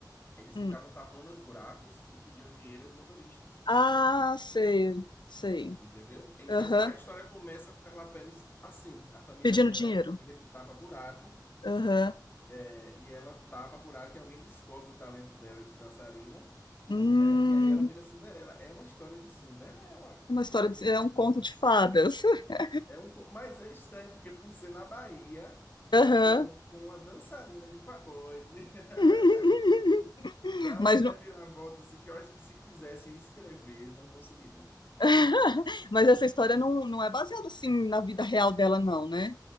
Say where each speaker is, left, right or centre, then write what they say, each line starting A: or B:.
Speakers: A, on the left; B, on the left.
A: eles
B: Hum.
A: ficavam tapando os buracos e pediam dinheiro aos motoristas.
B: Ah, sei, sei.
A: Entendeu? Então
B: Aham.
A: a história começa com Carla Pérez assim. A família
B: Pedindo
A: dela
B: dinheiro.
A: é uma família que tapa buraco,
B: Aham.
A: é, e ela tapa buraco e alguém descobre o talento dela de dançarina.
B: Hum,
A: né? E aí ela vira Cinderela. É uma história de Cinderela.
B: uma
A: Então,
B: história
A: assim,
B: de é um conto de fadas. <laughs>
A: é um, co- mas é estranho porque por ser na Bahia,
B: Aham.
A: com, com uma dançarina de pagode, <laughs>
B: <laughs>
A: dá
B: Mas
A: umas
B: não
A: reviravoltas assim, que eu acho que se quisessem escrever, não conseguiriam.
B: <laughs> mas essa história não não é baseada, assim, na vida real dela não, né?